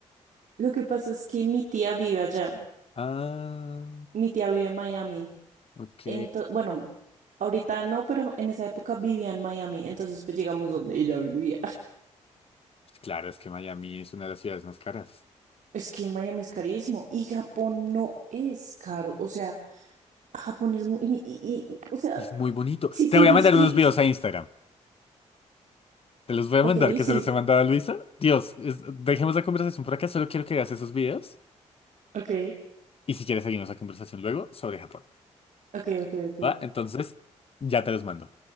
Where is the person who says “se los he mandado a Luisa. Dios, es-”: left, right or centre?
Left